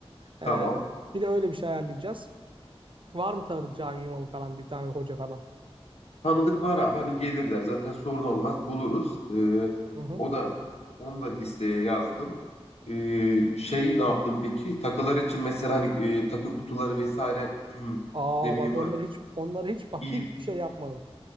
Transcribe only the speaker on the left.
Tamam.
Tanıdık var abi hani gelirler zaten sorun olmaz buluruz. Ee,
o da onu da listeye yazdım. Ee, şey ne yaptım peki? Takılar için mesela hani e, takı kutuları vesaire <clears throat>
ne bileyim
iğ-